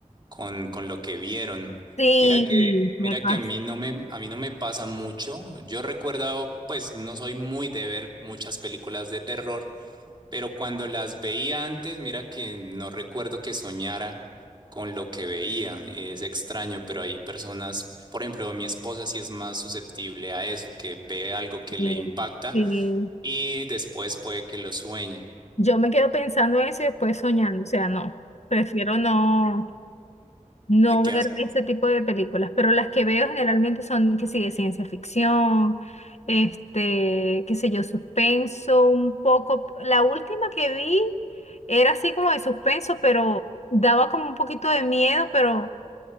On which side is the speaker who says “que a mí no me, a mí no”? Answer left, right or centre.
Right